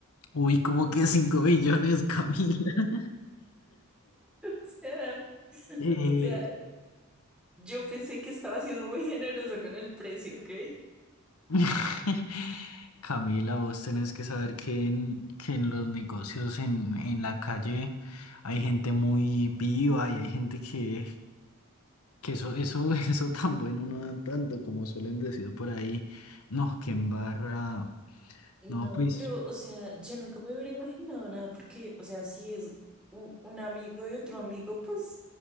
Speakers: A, on the left; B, in the centre.
A: Uy, como que 5 millones, Camila. <laughs>
B: <laughs>
A: Eh,
B: O sea, yo pensé que estaba siendo muy generoso con el precio, ¿ok?
A: <laughs> Camila, vos tenés que saber que en, que en los negocios en, en la calle hay gente muy viva y hay gente que, que eso, eso, <laughs> eso tan bueno no dan tanto como suelen decir por ahí. No, que embarra.
B: No,
A: No, pues,
B: pero, o sea, yo nunca me hubiera imaginado nada, porque, o sea, si es un, un amigo de otro amigo, pues